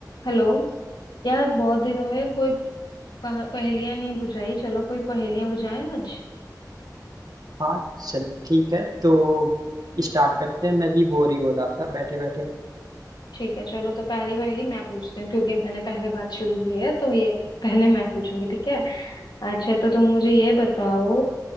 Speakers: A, on the left; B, on the right.
A: Hello यार बहुत दिन हुए कोई पह, पहेलियां नहीं बुझाई चलो कोई पहेलियां बुझाएं आज
B: हाँ चल ठीक है तो स्टार्ट करते हैं मैं भी बोर ही हो रहा था बैठे बैठे
A: ठीक है चलो तो पहली पहेली मैं पूछती हूँ क्योंकि मैंने पहले बात शुरू की है तो ये पहले मैं पूछूंगी ठीक है अच्छा तो तुम मुझे ये बताओ